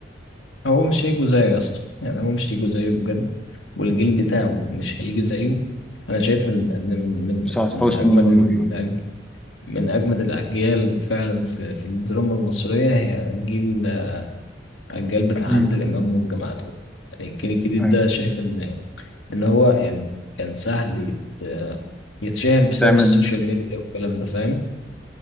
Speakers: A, on the left; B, in the centre.
A: هو مش هيجوا زيه يا اسطى يعني هو مش هيجوا زيه بجد والجيل بتاعه مش هيجي زيه انا شايف ان إن من من
B: وسعاد
A: من
B: حسني
A: اجمد
B: و...
A: الأج... من اجمد الاجيال فعلا في في الدراما المصريه هي جيل الجيل بتاع
B: مم.
A: عادل امام والجماعه دول يعني الجيل الجديد
B: أيوة.
A: ده شايف ان ان هو يعني كان سهل يت... يتشهر بسبب
B: تعمل
A: السوشيال ميديا والكلام ده فاهم